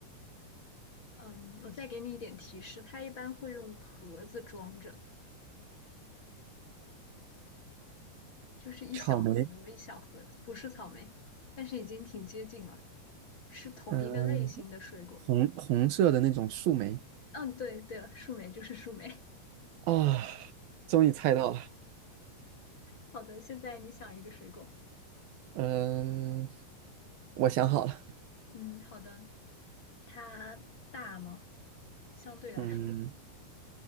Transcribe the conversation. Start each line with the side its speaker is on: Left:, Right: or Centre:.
Left: 嗯，我再给你一点提示，它一般会用盒子装着，就是一小盒一小盒的，
Right: 草莓，
Left: 不是草莓，但是已经挺接近了，是同一个类型的水果。
Right: 嗯，红红色的那种树莓
Left: 嗯，对对了，树莓就是树莓。
Right: 啊，终于猜到了。
Left: <laughs> 好的，现在你想一个水果。
Right: 嗯，我想好了。
Left: 嗯，好的，它大吗？相对来说
Right: 嗯，